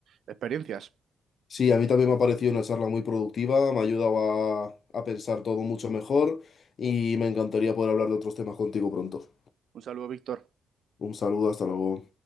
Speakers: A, on the right; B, on the left.
A: experiencias.
B: Sí, a mí también me ha parecido una charla muy productiva, me ha ayudado a, a pensar todo mucho mejor y me encantaría poder hablar de otros temas contigo pronto.
A: Un saludo, Víctor.
B: Un saludo, hasta luego.